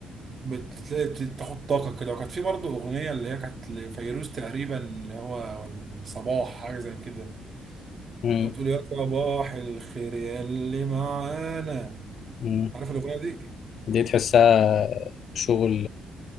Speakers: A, on the right; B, on the left.
A: بتلاقي بت- تاخد طاقه كده وكانت في برضه اغنيه اللي هي كانت لفيروز تقريبا اللي هو الصباح حاجه زي كده
B: مم.
A: كانت بتقول يا صباح الخير يا اللي معانا
B: مم.
A: عارف الاغنيه دي
B: دي تحسها شغل